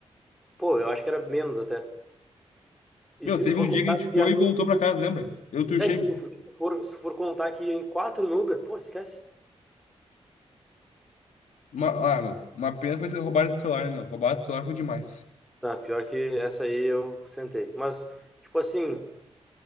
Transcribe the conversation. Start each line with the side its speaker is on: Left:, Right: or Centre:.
Centre: Pô, eu acho que era menos até. E
Left: Meu,
Centre: se
Left: teve
Centre: tu for
Left: um dia
Centre: contar
Left: que a gente
Centre: que
Left: foi
Centre: ia...
Left: e voltou pra casa, lembra? Eu turchei.
Centre: É, e se tu for, se tu for, se tu for contar que ia em quatro no Uber, pô, esquece.
Left: Uma, ah, meu, uma pena foi ter roubado o celular, né, meu. Roubado o celular foi demais.
Centre: Tá, pior que essa aí eu sentei. Mas, tipo assim,